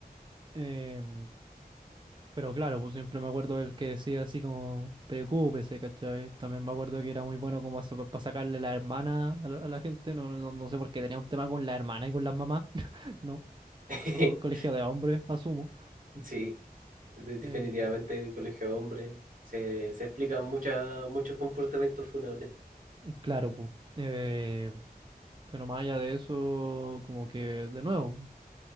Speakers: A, on the right; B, on the right.
A: Em, pero claro, pues siempre me acuerdo del que decía así como, preocúpese, ¿cachai? También me acuerdo que era muy bueno como para sacarle la hermana a la, a la gente, no, no, no sé por qué tenía un tema con la hermana y con las mamás, <laughs> ¿no?
B: <laughs>
A: Co- co- colegio de hombres, asumo.
B: Sí. de- definitivamente
A: Eh,
B: colegio de hombres. Se, se explican muchas, muchos comportamientos funables.
A: claro, pues. eh, Pero más allá de eso, como que, de nuevo,